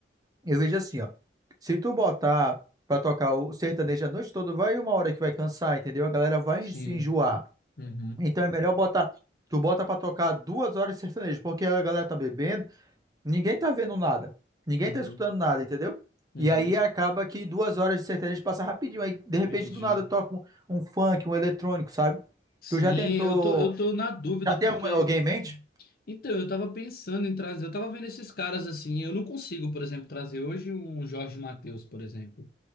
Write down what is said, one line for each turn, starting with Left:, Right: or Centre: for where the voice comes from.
Right: Eu vejo assim, ó. Se tu botar pra tocar o sertanejo a noite toda, vai uma hora que vai cansar, entendeu? A galera vai
Left: Sim.
Right: en- se enjoar.
Left: Uhum.
Right: Então é melhor botar. Tu bota pra tocar duas horas de sertanejo, porque a galera tá bebendo, ninguém tá vendo nada. Ninguém
Left: Uhum.
Right: tá escutando nada, entendeu?
Left: Uhum.
Right: E aí acaba que duas horas de sertanejo passa rapidinho. Aí, de repente,
Left: Entendi.
Right: do nada toca um, um funk, um eletrônico, sabe?
Left: Sim,
Right: Tu já tentou.
Left: eu tô, eu tô na dúvida
Right: Já tem
Left: porque
Right: algum- alguém em mente?
Left: então, eu tava pensando em trazer, eu tava vendo esses caras assim, eu não consigo, por exemplo, trazer hoje um Jorge Mateus, por exemplo.